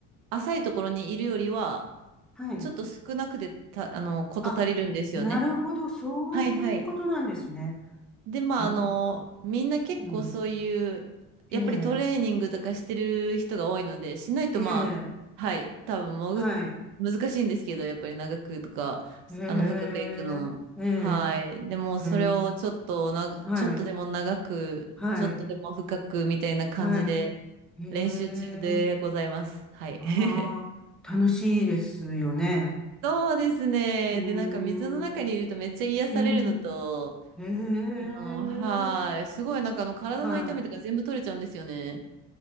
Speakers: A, on the right; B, in the centre.
A: 浅いところにいるよりは、
B: はい。
A: ちょっと少なくてた、あの、こと足りるんですよね。
B: あ、なるほど。そういうことなんですね。
A: はいはい。で、まあ、
B: うん
A: あの、みんな結構そういう、
B: うん
A: やっぱりトレーニングとかしてる人が多いので、
B: ええ、
A: しないとまあ、
B: ええ、
A: はい、多分潜っ、
B: はい。
A: 難しいんですけど、やっぱり長くとか、
B: ええ、
A: あの、深くいくの。
B: ええ、
A: はい。でも、
B: ええ、
A: それをちょっとな、
B: はい、
A: ちょっとでも長く、
B: はい、
A: ちょっとでも深くみたいな感じで、
B: はい。ええ、
A: 練習中でございます。はい。
B: ああ、
A: <laughs>
B: 楽しいですよね。
A: そうですね。
B: うーん、
A: で、なんか水の中にいるとめっちゃ癒されるのと、
B: うん、ええ、
A: あの、はい。すごいなんかあの体の痛みとか全部取れちゃうんですよね。
B: はい。